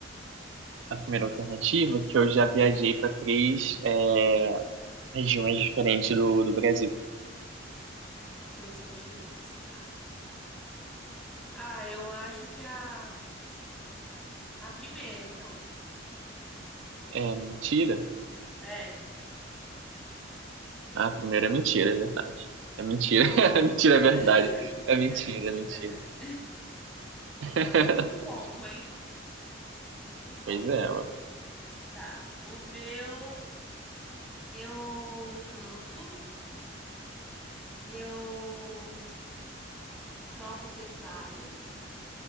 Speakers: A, on the right; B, in the centre.
A: A primeira alternativa, é que eu já viajei para três, é, regiões diferentes do, do Brasil.
B: Três regiões, tá. Ah, eu acho que a. A primeira, então.
A: É mentira?
B: É.
A: Ah, a primeira é mentira, é verdade. É mentira,
B: Oh!
A: <laughs> é mentira, é verdade.
B: <laughs>
A: É mentira,
B: É, mentira,
A: é mentira.
B: é verdade.
A: <laughs>
B: Então, eu tô com um ponto, hein? Tô com um ponto.
A: Pois é, ué.
B: Tá. O meu, eu canto, eu toco teclado